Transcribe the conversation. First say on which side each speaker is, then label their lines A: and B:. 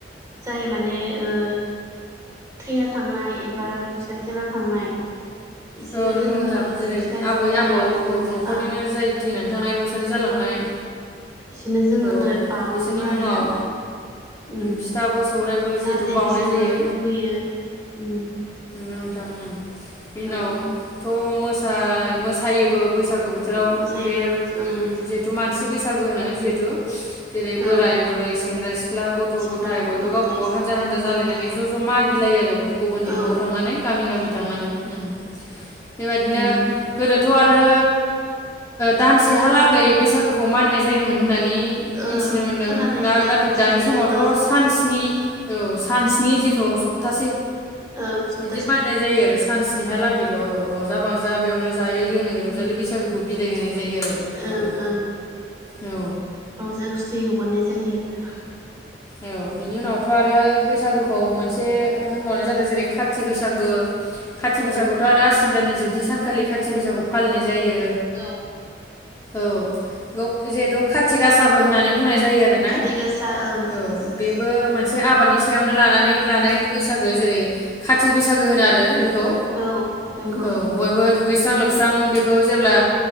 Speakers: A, on the right; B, on the left.
A: जाय माने ओ थैना थांनाय एबा रुंसारि जाना थांनाय बिसोरनो
B: औ नंगौ
A: जोङो
B: नोंथां जेरै
A: फिथाइ
B: आबै
A: सामथाइ
B: आबौ
A: बिदिनो
B: औ नखरनिनो
A: आं
B: जाय थैनानै थांनाय रुंसारि जालांनाय
A: बिदिनो जोङो
B: औ
A: बाउओबो
B: बिसोरनि
A: आरो
B: मुङाव
A: ना उम।
B: फिथाबो सौराइबो
A: जाहाथे
B: जिहेथु बाउनाय
A: बिसोरबो
B: जायो
A: लुगैयो उम।
B: नोंथां उम। बेनि उनाव
A: औ
B: थ मोसा-मोसायोबो बैस बैसागो बोथोराव
A: मोसायोबो
B: बे
A: रंजा ओं
B: उम जिहेथु मानसि बैसागो होनो जे <unintelligible> जेरै बोराय
A: औ
B: बुरै सेंग्रा सि ख्ला गथ
A: सिख्ला
B: गथाय बयबो
A: गथ'
B: गावबा
A: गथाय
B: गाव हानजा हानजा जालायनानै ज ज मागिलायो आरो गुबुननि
A: औ ओं
B: नआव थांनानै गामि गामि थांनानै उम। बेबादिनो
A: नंगौ
B: गोदो थ आरो दानसेहालागै बैसागुखौ मानिनाय जायोमोन। होननानै मिथिनो
A: ओं
B: मोन्दों
A: खोनानाय
B: ना
A: मोनदों आरो
B: नाथाय
A: मिथिनो
B: दानि
A: मोनदों
B: समावथ'
A: ओं
B: सानस्नि औ सान स्नि जेखौ सप्ता
A: ओं सब
B: बिदि मानिनाय जायो आरो सानस्नि हालागैल' रंजा बाजा बेयावनो जायै लोङै रंजालि बैसागोखौ बिदाय होनाय जायो आरो बयबो
A: ओं ओं।
B: औ
A: रंजा खुसि हगारनाय जायो आरोना।
B: औ बिनि उनावथ' आरो बैसागोखौ मोनसे होनबावनाय जादों जेरै खाथि बैसागो खाथि बैसागोखौथ'
A: ओं ओं
B: आरो आस सिन दाननि जोबथि सानखालि खाथि बैसागो फालिनाय जायो।
A: नंगौ
B: औ गौ जिहेतु खाथि गासाबो होननानै बुंनाय जायो आरो ना।
A: खाथि गासा ओं
B: औ बे बो मोनसे आबादनि सायावनो लानानै लानाय बैसागो जेरै काति बैसागो होनो आरो। बेखौ
A: औ नंगौ।
B: औ बयबो दुगैस्रां लोबस्रां बेखौ जेब्ला